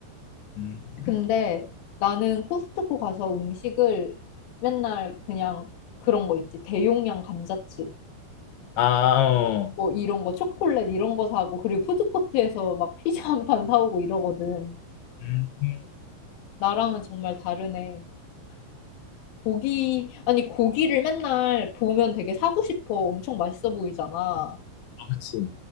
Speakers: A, on the left; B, on the left.
A: 음,
B: 근데
A: 음,
B: 나는 코스트코 가서 음식을 맨날 그냥 그런 거 있지. 대용량 감자칩.
A: 아, 어.
B: 뭐 이런 거, 초콜릿 이런 거 사고, 그리고 푸드코트에서 막 피자 한 판 사오고 이러거든.
A: 음. 음.
B: 나랑은 정말 다르네. 고기, 아니, 고기를 맨날 보면 되게 사고 싶어. 엄청 맛있어 보이잖아.
A: 아, 그치.